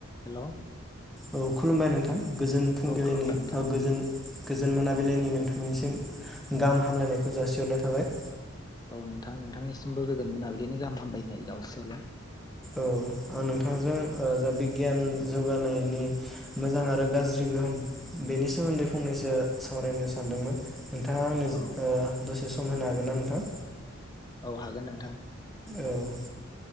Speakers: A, on the left (about 20°); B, in the centre.
A: हेल'
B: औ खुलुमबाय नोंथां गोजोन फुंबिलिनि
A: औ खुलुमबाय नोंथां
B: ओ गोजोन गोजोन मोनाबिलिनि नोंथांनिसिम गाहाम हामलायनायखौ जासिहरनाय थाबाय।
A: औ नोंथां नोंथांनिसिमबो गोजोन मोनाबिलिनि गाहाम हामबायनाय जावसिहरबाय।
B: औ आं नोंथांजों जा बिगियान जौगानायनि मोजां आरो गाज्रि गोहोम बेनि सोमोन्दै फंनैसो सावरायनो सानदोंमोन। नोंथाङा आंनो
A: औ
B: ओ दस एसे सम होनो हागोन ना नोंथां?
A: औ हागोन नोंथां।
B: औ